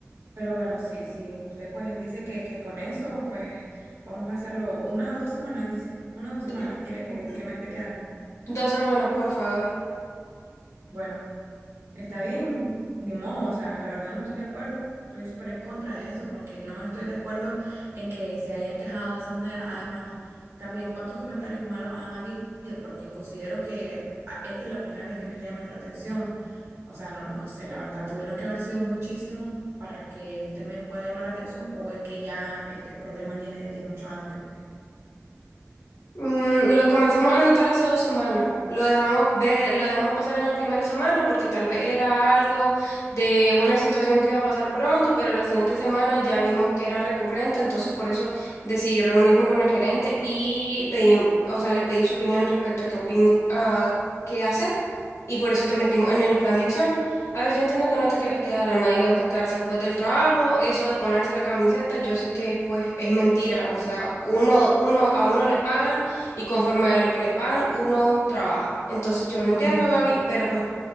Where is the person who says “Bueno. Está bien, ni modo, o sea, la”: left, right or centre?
Right